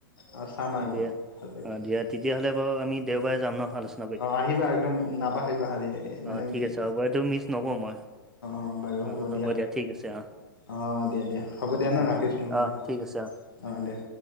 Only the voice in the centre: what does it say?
দিয়া
অঁ দিয়া। তেতিয়াহ'লে বাৰু আমি দেওবাৰে যাম ন আলোচ
অ
ঠিক
আছে হ'ব এইটো মিছ নকৰোঁ মই
অ
ঠিক আছে অ
অ
অ ঠিক আছে অ